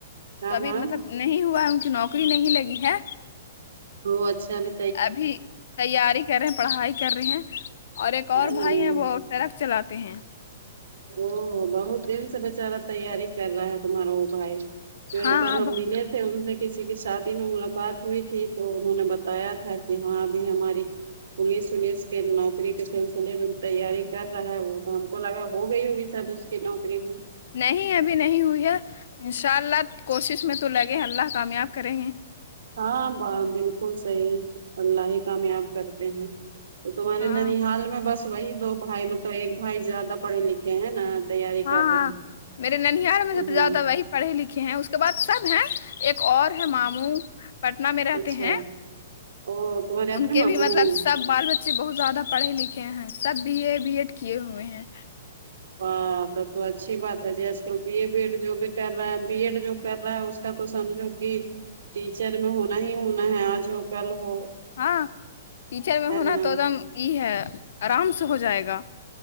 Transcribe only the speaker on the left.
تو ابھی
مطلب نہیں ہوا ان کی نوکری نہیں لگی ہے
ابھی تیاری کر رہے ہیں پڑھائی کر رہے ہیں اور ایک اور
بھائی
ہیں وہ ٹرک چلاتے ہیں
ہاں
ہاں
نہیں ابھی نہیں ہوئی ہے ان شاء اللہ کوشش میں تو لگے اللہ کامیاب کریں گے
ہاں
ہاں
ہاں
میرے ننیھال میں سب سے
زیادہ وہی پڑھے لکھے ہیں اس کے بعد سب ہیں ایک اور ہے ماموں پٹنہ میں رہتے
ہیں
ان کے
بھی مطلب سب بال بچے بہت زیادہ پڑھے لکھے ہیں سب بی اے بی ایڈ کیے ہوئے ہیں
ہاں ٹیچر میں
ہونا
تو ایک دم یہ ہے آرام سے ہو جائے گا